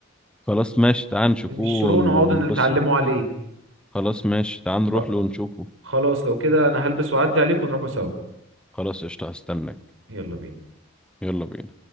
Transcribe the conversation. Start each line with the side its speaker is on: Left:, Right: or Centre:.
Centre: خلاص ماشي تعال نشوفوه
Right: نشتروه
Centre: ون-
Right: ونقعدوا
Centre: ونبصه
Right: نتعلموا عليه
Centre: خلاص ماشي تعال
Right: خ-
Centre: نروح له ونشوفه
Right: خلاص لو كده انا هلبس واعدي عليك ونروحوا سوا
Centre: خلاص قشطة هستناك
Right: يلا بينا
Centre: يلا بينا